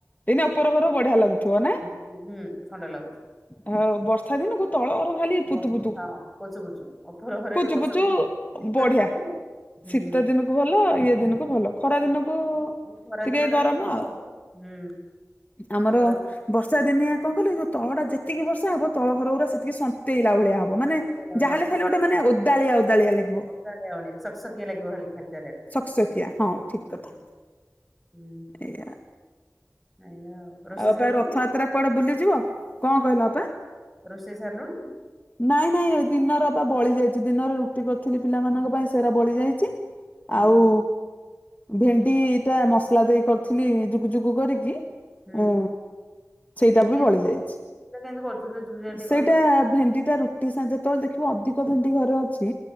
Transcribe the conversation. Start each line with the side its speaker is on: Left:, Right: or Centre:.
Left: ଏଇନା ଓପର ଘର ବଢିଆ ଲାଗୁଥିବ ନା।
Centre: ହ ହୁଁ ଥଣ୍ଡା ଲାଗୁଛି।
Left: ଅ ବର୍ଷା ଦିନୁକୁ ତଳ ଘର ଖାଲି ପୁତୁ
Centre: ବ
Left: ପୁତୁ
Centre: ହଁ ପୋଚୁ ପୋଚୁ ଉପର ଘରେ
Left: ପୁଚୁ
Centre: ଟିକେ ବର୍ଷା
Left: ପୁଚୁ
Centre: ଦିନ ଶୀତ
Left: ବଢିଆ
Centre: ଦିନକୁ ଭଲ ହୁଁ
Left: ଶୀତ ଦିନକୁ ଭଲ ଇଏ ଦିନକୁ ଭଲ ଖରା ଦିନକୁ
Centre: ଏଇ ଖରା
Left: ଟିକେ
Centre: ଦିନ ଟା
Left: ଗରମ
Centre: ଗହଳି
Left: ଆଉ
Centre: ଟିକେ ହୁଁ
Left: ଆମର
Centre: ପୁରା ତ
Left: ବର୍ଷା ଦିନିଆ କଣ କହିଲୁ ଏ ଯୋଉ ତଳଟା ଯେତିକି ବର୍ଷା ହବ ତଳ ଘର ଗୁରା ସେତିକି ସନ୍ତ ନ୍ତେଇଲା ଭଳିଆ ହବ ମାନେ
Centre: ଶୁଖିଲା
Left: ଯାହାେଲେ ଖାଲେ ଗୋଟେ ମାନେ ଓଦାଳିଆ ଓଦାଳିଆ ଲାଗିବ।
Centre: ଓଦାଳିଆ ଭଳିଆ ସକସକିଆ ଲାଗିବ ଖାଲି ଖଞ୍ଜାରେ
Left: ସକସକିଆ ହଁ ଠିକ
Centre: ଉଁ
Left: କଥା
Centre: ହୁଁ। ହୁଁ
Left: ଏଇଆ।
Centre: ଏୟା ଆଉ। ରୋଷେଇ
Left: ଆଉ ଅପା
Centre: ସାରିଲୁଣି?
Left: ଏ ରଥଯାତ୍ରା କୁଆଡେ ବୁଲିଯିବ କଣ କହିଲା ଅପ
Centre: ରୋଷେଇ ସାରିଲୁଣି?
Left: ନାଇଁ ନାଇଁ ଦିନର ବା ବଳି ଯାଇଛି ଦିନରେ ରୁଟି କରିଥିଲି ପିଲାମାନଙ୍କ ପାଇଁ ସୋରା ବଳି ଯାଇଚି।
Centre: ଉଁ
Left: ଆଉ
Centre: ହୁଁ
Left: ଭେଣ୍ଡି ଟା ମସଲା ଦେଇ କରିଥିଲି ଜୁକୁ ଜୁକୁ କରିକି
Centre: ହୁଁ
Left: ଉଁ ସେଇଟା ବି
Centre: କେମିତି
Left: ବଳି
Centre: କରୁ
Left: ଯାଇଛି
Centre: ସେଟା କେମିତି କରୁଛୁ ଜୁକୁଜୁକିଆ ଟିକେ
Left: ସେଇଟା
Centre: କହିଲୁ
Left: ଭେଣ୍ଡି ଟା ରୁଟି ସା ଯେତେବେଳେ ଦେଖିବ ଅଧିକ ଭେଣ୍ଡି ଘରେ ଅଛି